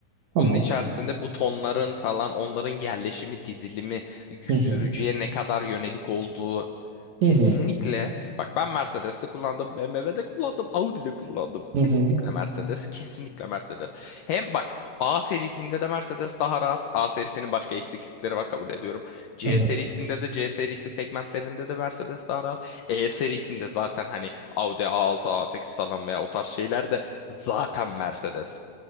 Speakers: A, on the right; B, on the left.
A: tamam.
B: Bunun içerisinde butonların falan onların yerleşimi, dizilimi, y-
A: Hı
B: sürücüye
A: hı,
B: ne kadar yönelik olduğu kesinlikle
A: hı hı,
B: bak ben Mercedes'te kullandım, BMW'de kullandım, Audi'de kullandım. Kesinlikle
A: hı hı.
B: Mercedes, kesinlikle Mercedes. Hem bak A serisinde de Mercedes daha rahat. A serisinin başka eksiklikleri var kabul ediyorum. C
A: Evet.
B: serisinde de C serisi segmentlerinde de Mercedes daha rahat. E serisinde zaten hani Audi A6, A8 falan veya o tarz şeyler de zaten Mercedes.